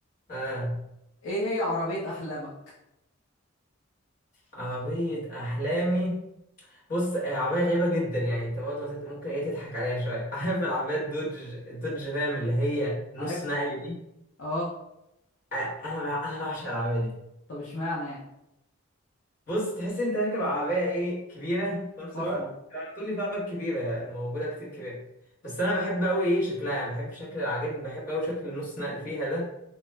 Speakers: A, on the left; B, on the left.
A: اه
B: ايه هي عربيه احلامك
A: عربية أحلامي بص آه، عربية غريبة جدا يعني أنت برضه هتت- ممكن إيه تضحك عليها شوية <laughs> عارف العربية الدوج الدوج رام اللي هي نص
B: عارفها
A: نقل دي
B: اه
A: آه، أنا بع- أنا بعشق العربية دي
B: طب اشمعنى يعني
A: بص تحس أنت راكب عربية إيه كبيرة في نفس
B: فخمة
A: الوقت آه، تقول لي في عربيات كبيرة موجودة كتير كبيرة بس أنا بحب أوي إيه شكلها بحب شكل عاجبني بحب أوي شكل النص نقل فيها ده